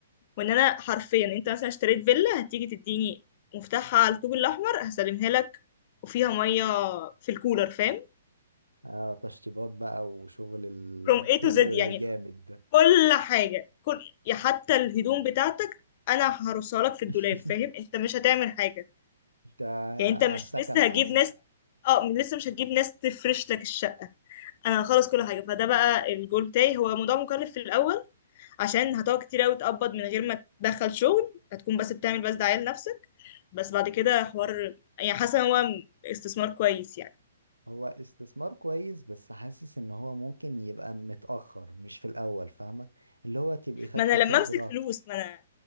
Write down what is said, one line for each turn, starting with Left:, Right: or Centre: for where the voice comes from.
Left: وان انا حرفيا انت مثلا اشتريت فيلا هتيجي تديني مفتاحها على الطوب الاحمر هسلمها لك وفيها ميه في الكولر فاهم
Right: اه تشطيبات بقى وشغل الانتيريور
Left: from A to Z يعني
Right: الجامد ده
Left: كل حاجه كل يا حتى الهدوم بتاعتك انا هرصها لك في الدولاب
Right: <laughs>
Left: فاهم انت مش هتعمل حاجه
Right: انت
Left: يعني انت
Right: على
Left: مش
Right: السكن
Left: لسه
Right: على
Left: هجيب
Right: طول
Left: ناس اه لسه مش هتجيب ناس تفرش لك الشقه انا هخلص كل حاجه فده بقى الجول بتاعي هو موضوع مكلف في الاول عشان هتقعد كتير قوي تقبض من غير ما تدخل شغل هتكون بس بتعمل بس دعاية لنفسك بس بعد كده حوار يعني حاسة إن هو استثمار كويس يعني
Right: هو استثمار كويس بس حاسس ان هو ممكن يبقى متأخر مش في الاول فاهمة اللي هو تبقي خدتي
Left: ما انا
Right: خبرة
Left: لما امسك فلوس ما انا